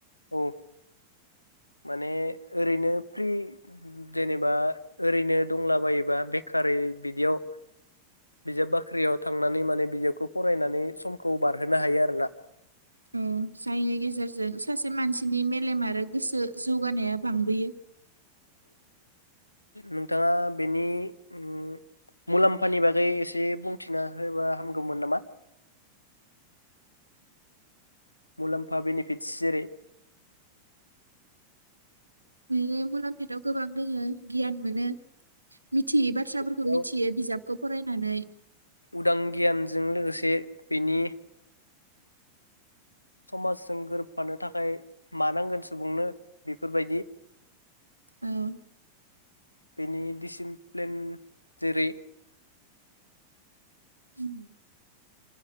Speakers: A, on the left (about 85°); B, on the right (about 80°).
A: औ माने ओरैनो फ्रि जेनेबा ओरैनो दंलाबायोबा बेखारै बिदियाव बिजाब बाख्रियाव थांनानै माने बिजाबखौ फरायनानै समखौ बारहोनो हायो आरोना
B: उम जायनि गेजेरजों सासे मानसिनि मेलेम आरो गोसो जौगानाया बांबोयो
A: नोंथाङा बेनि ओम मुलाम्फानि बागै एसे बुंथिना होबा हामगौमोन नामा? मुलाम्फा बेनिफिटस जेरै
B: <unintelligible> काम्पिटआव गोबां दोङो गियान मोनो। मिथियै बाथ्राफोरखौ
A: बेयाव
B: मिथियो बिजाब खौ फरायनानै
A: उदां गियानजों लोगोसे बिनि समाजजों गोरोबफानो थाखाय मानांगोन सुबुंनो बेफोरबायदि
B: औ
A: बेनि डिसिनप्लेन जेरै
B: उम